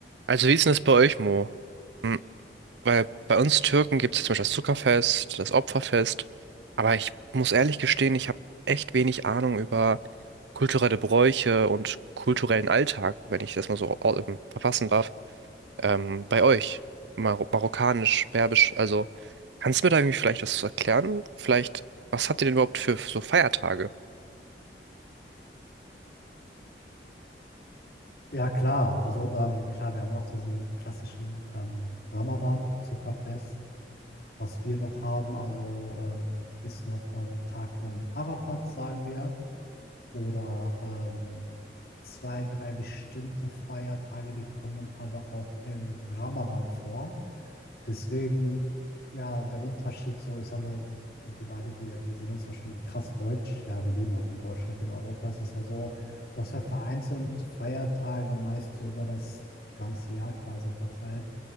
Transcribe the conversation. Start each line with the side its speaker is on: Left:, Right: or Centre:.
Right: Also wie ist denn das bei euch, Mo? Hm, Weil bei uns Türken gibt es zum Beispiel das Zuckerfest, das Opferfest. Aber ich muss ehrlich gestehen, ich habe echt wenig Ahnung über kulturelle Bräuche und kulturellen Alltag, wenn ich das mal so au- ähm, verfassen darf. Ähm, bei euch, Mar marokkanisch, berbisch. Also kannst du mir da irgendwie vielleicht was zu erklären? Vielleicht, was habt ihr denn überhaupt für so Feiertage?
Left: Ja, klar. Also ähm, klar, wir haben auch diesen klassischen ähm, Ramadan, Zuckerfest. Was wir noch haben, also ähm, ist noch ähm, Tag von Arafat, sagen wir. Oder ähm, zwei, drei bestimmte Feiertage, die kommen aber auch im Ramadan vor. Deswegen, ja, der Unterschied so, ich sag mal, wir beide, wir, wir sehen uns ja schon krass deutsch. Ja, wir leben ja auch in Deutschland, in Europa. Es ist ja so, du hast ja vereinzelt Feiertage meist so über das ganze Jahr quasi verteilt.